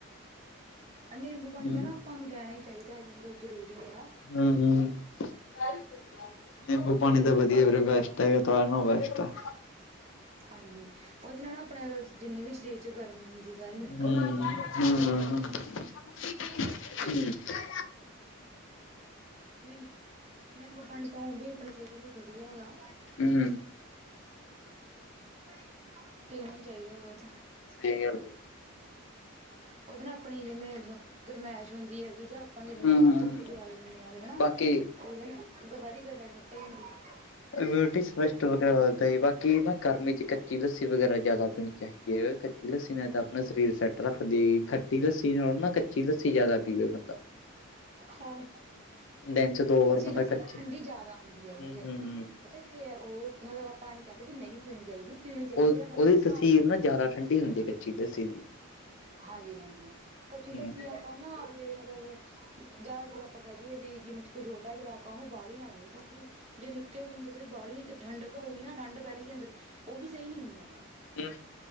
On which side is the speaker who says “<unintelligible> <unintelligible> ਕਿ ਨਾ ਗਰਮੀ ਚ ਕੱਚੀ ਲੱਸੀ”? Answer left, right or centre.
Left